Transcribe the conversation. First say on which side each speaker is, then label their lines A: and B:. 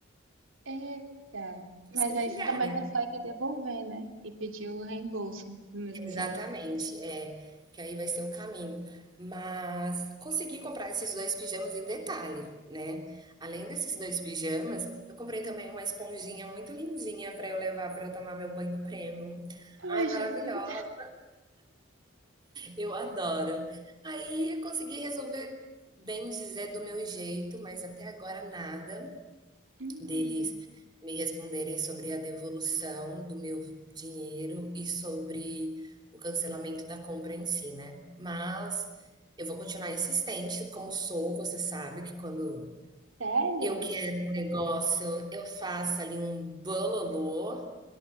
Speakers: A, on the right; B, on the right.
A: Eita. Mas
B: Se
A: aí
B: chegar,
A: você também
B: né?
A: consegue devolver, né? E pedir o reembolso do mesmo
B: Exatamente,
A: jeito.
B: é, que aí vai ser o caminho. Mas consegui comprar esses 2 pijamas e detalhe, né, além desses 2 pijamas, eu comprei também uma esponjinha muito lindinha para eu levar para eu tomar meu banho premium.
A: Ai,
B: Ai, maravilhosa,
A: Jesus.
B: eu adoro. Aí eu consegui resolver, bem dizer, do meu jeito, mas até agora nada
A: hum.
B: deles me responderem sobre a devolução do meu dinheiro e sobre o cancelamento da compra em si, né. Mas eu vou continuar insistente, como sou, você sabe que quando
A: Sério?
B: eu quero um negócio, eu faço ali um bololô